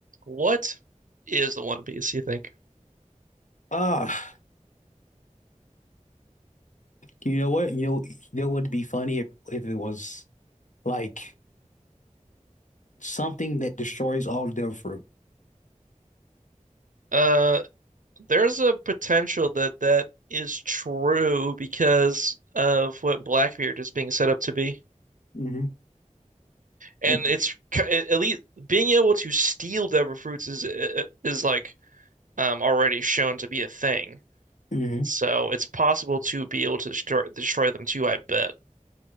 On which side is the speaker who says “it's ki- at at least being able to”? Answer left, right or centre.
Right